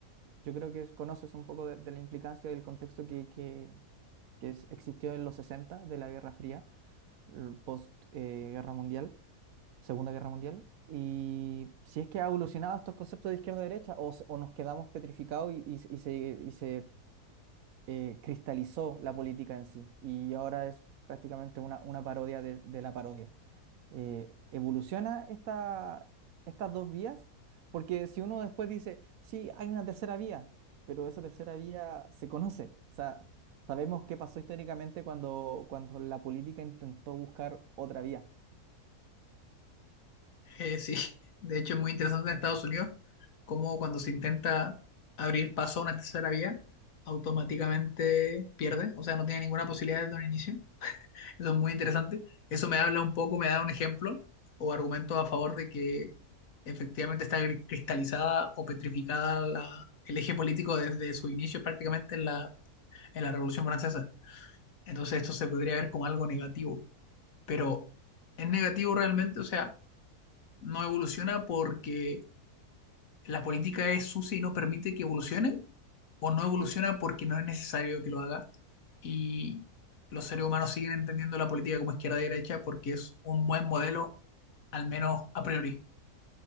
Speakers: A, on the right; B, on the left.
A: yo creo que es- conoces un poco de, de la implicancia y el contexto que, que, que es- existió en los 60, de la Guerra Fría, el post eh, Guerra Mundial, Segunda Guerra Mundial, y si es que ha evolucionado estos conceptos de izquierda-derecha o, se- o nos quedamos petrificados y, y, y se, y se eh, cristalizó la política en sí y ahora es prácticamente una, una parodia de, de la parodia eh, evoluciona esta, estas dos vías, porque si uno después dice, sí, hay una tercera vía, pero esa tercera vía se conoce, o sea, sabemos qué pasó históricamente cuando, cuando la política intentó buscar otra vía.
B: Eh, sí, <laughs> de hecho es muy interesante en Estados Unidos cómo cuando se intenta abrir paso a una tercera vía, automáticamente pierde, o sea, no tiene ninguna posibilidad desde un inicio. Eso es muy interesante. Eso me habla un poco, me da un ejemplo o argumento a favor de que efectivamente está gri- cristalizada o petrificada la- el eje político desde su inicio prácticamente en la, en la Revolución Francesa. Entonces esto se podría ver como algo negativo,
A: Mm.
B: pero ¿es negativo realmente? O sea, no evoluciona porque ¿La política es sucia y no permite que evolucione? ¿O no evoluciona porque no es necesario que lo haga? Y los seres humanos siguen entendiendo la política como izquierda-derecha porque es un buen modelo, al menos a priori.